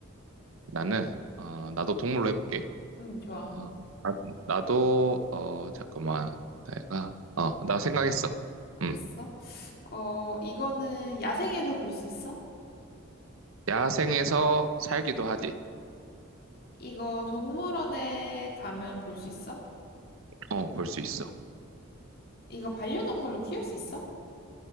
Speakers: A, on the right; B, on the left.
A: 나는, 어, 나도 동물로 해볼게.
B: 응, 좋아.
A: 어, 아, 나도, 어, 잠깐만. 내가, 어, 나 생각했어. 음,
B: 알았어. 어, 이거는 야생에서 볼 수 있어?
A: 야생에서 살기도 하지.
B: 이거 동물원에 가면 볼 수 있어?
A: 어, 볼 수 있어.
B: 이거 반려동물로 키울 수 있어?